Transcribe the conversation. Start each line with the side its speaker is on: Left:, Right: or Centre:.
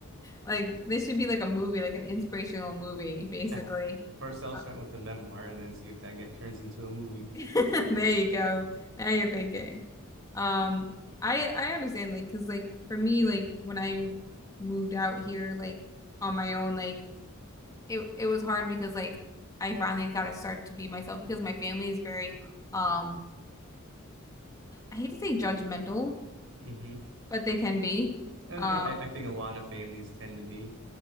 Left: Like this should be like a movie, like an inspirational movie, basically.
Right: <laughs> First, I'll
Left: Uh,
Right: start with the memoir and then see if that get turns into a movie.
Left: <laughs> there you go. Now you're thinking. Um, I I understand, like, cause like for me, like when I moved out here, like on my own, like it it was hard because like I finally got to start to be myself because my family is very um I hate to say judgmental,
Right: hmm
Left: but they can be.
Right: yeah,
Left: Um
Right: I, I think a lot of families tend to be.